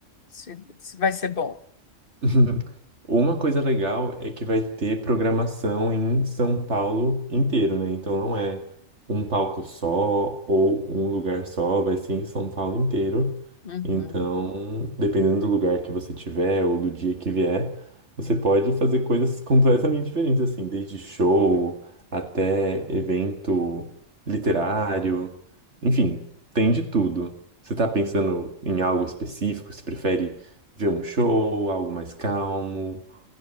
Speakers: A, on the left; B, on the right.
A: se, se vai ser bom.
B: <laughs> Uma coisa legal é que vai ter programação em São Paulo inteiro, né? Então não é um palco só ou um lugar só, vai ser em São Paulo inteiro.
A: Uhum.
B: Então, dependendo do lugar que você tiver ou do dia que vier, você pode fazer coisas completamente diferentes, assim, desde show até evento literário, enfim, tem de tudo. Você tá pensando em algo específico? Você prefere ver um show, algo mais calmo?